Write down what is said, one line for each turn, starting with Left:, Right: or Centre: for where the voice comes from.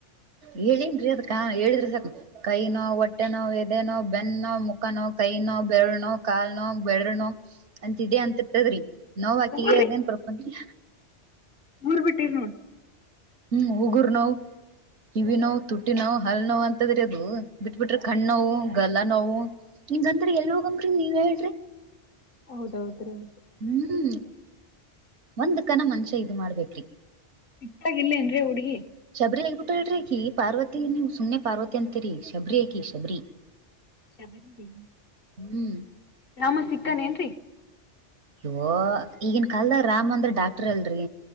Right: ಹೇಳೇನ್ೀ ಅದ್ಕ ಹೇಳಿದ್ರಿ ಸಾಕ ಕೈ ನೋ ಹೊಟ್ಟೆ ನೋ್ ಎದೆನೋ ಬೆನ್ನ ನೋ ಮುಖನೋವು ಕೈ ನೋ ಬೆರ್ ನೋ ಕಾಲ್ ನೋ ಬೆರ್ ನೋ ಅಂತದೆ ಇದೆ ಅಂತತದ್ರಿ ನೋವಾಕಿಗೆ್ದನ್
Left: ಹೋಗ್ಬರ್ರಿ
Right: ಪರಪಂದ
Left: ಊರ್ ಬಿಟ್ಟಿರ್ ನೋಡ್
Right: ಹ್ಮ್ ಹುಗುರ್ ನೋವು ಕಿವಿ ನೋವು ತುಟ್ಟಿ ನೋವು ಹಲ್ ನೋವು ಅಂತದ್ರ ಅದು ಬಿಟ್ಬಿಟ್ರೆ ಕಣ್ಣ್ ನೋವು ಗಲ್ಲ ನೋವು ಇಂಗದ್ರೆ ಎಲ್ ಹೋಗಂಗ್ರಿ ನೀವ್ ಹೇಳ್ರಿ
Left: ಹೌದೌದ್ರಿ ಹೌದು
Right: ಹ್ಮ್ ಒಂದ್ ಕನ ಮನುಷ್ಯ ಇದು ಮಾಡ್ಬೇಕ್ರಿ
Left: ಇಟ್ಟಾಗಿಲ್ಲೇಏನ್ರೀ ಹುಡುಗಿ
Right: ಶಬರಿಬುಟಡ್ರಕಿ ಪಾರ್ವತಿಯಿನ ಸುಮ್ಮ್ನೆ ಪಾರ್ವತಿಯ ಅಂತರಿ ಶಬರಿಕಿ ಶಬರಿ ಹ್ಮ್ಮ್.
Left: ಶಬರಿ ನೀ
Right: ಹ್ಮ್
Left: ನಮ್ಮ ಸಿಕ್ಕನ್ೇನ್ರಿ
Right: ಇ ಈಗನ್ ಕಲ್ದಾಗ ರಾಮ್ ಅಂದ್ರೆ ಡಾಕ್ಟರ್ ಅಲ್ರಿ